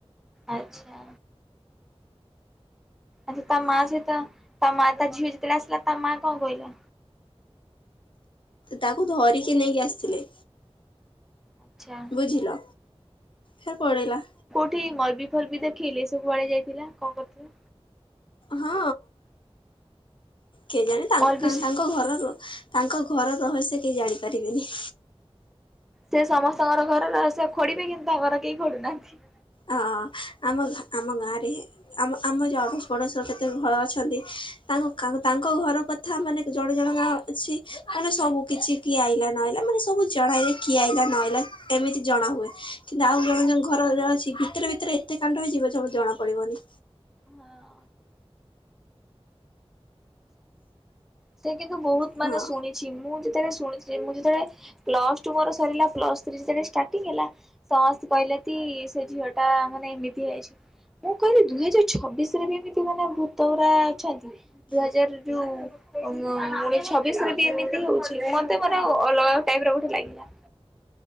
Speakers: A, in the centre; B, on the left (about 50°).
A: ଆଚ୍ଛା। ଆଚଛା ତା ମା ସହିତ ତା ମା ତା ଝିଅ ଯେତେବେଳେ ଆସିଲା ତା ମା କଣ କହିଲା।
B: ତାକୁ ଧରିକି ନେଇକି ଆସିଥିଲେ।
A: ଆଚଛା।
B: ବୁଝିଲ ଫ ପଳେଇଲା।
A: ସେଠି ମଲବି ଫଲବି ଦେଖେଇି ସବୁ ଆଆଡେ ଯାଇଥିଲା କଣ କରିଥିଲେ
B: ହଁ କେ ଜାଣିେ
A: ମଲବି
B: ତାଙ୍କ
A: ସେ
B: ଘରରୁ ତାଙ୍କ ଘର ରହସ୍ୟ କେହି ଜାଣିପାରିବେନି।
A: ସେ ସମସ୍ତଙ୍କର ଘର ସେ ଖୋଡିବେ କିନ୍ତୁ ତାଙ୍କର କେହି ଖୋଡୁନାହାନ୍ତି।
B: ଅ ଆମ ଆମ ଗାଁରେ ଆମ ଆମ ଯଡ଼ପଡ଼ଶରତେ ଅଛନ୍ତି ତାଙ୍କ ତାଙ୍କ ଘର କଥା ମାନେ ଜଣେ ଜଣ ଗା ଅଛି ମାନେ ସବୁ କିଛି କିଏ ଆଇଲା ନହଇଲା ମାନେ ସବୁ ଜଣେଇଲେ କିଏ ଆଇଲା ନହଇଲା ଏମିତି ଜଣା ହୁଏ କିନ୍ତୁ ଆଉ ଜଣେ ଜ ଘରରେ ଅଛି ଭିତରେ ଭିତରେ ଏତେ କାଣ୍ଡ ହେଇଯିବ ଜଣୁ ଜଣା ପଡିବନି।
A: ହଁ। ସେ କିନ୍ତୁ ବହୁତ ମାନେ
B: ହଁ
A: ଶୁଣି ମୁଁ ଯେତେବେଳେ ଶୁଣିଥିଲି ମୁଁ ଯେତେବେଳେ ପ୍ଲସ ଟୁ ମୋର ସରିଲା ପ୍ଲସ ଥ୍ରୀ ଯେତବେଳେ ସର୍ଟିଂ ହେଲା ସମସ୍ତେ କହିଲେ କି ସେ ଝିଅ ଟା ମାନେ ଏମିତି ଯାଇଛି ମୁଁ କହିଲି ଦୁଇ ହଜାର ଛବିଶ ରେ ବି ଏମିତି ମାନେ ଭୂତ ପରା ଅଛନ୍ତି ଦୁଇ ହଜାର ଯୋଉ ଗଣ ଛବିଶ ରେ ବି ଏମିତି ହଉଛି ମତେ ମାନେ ଅଲଗା ଟାଇପି ର ଗେଟେ ଲାଗିଲା।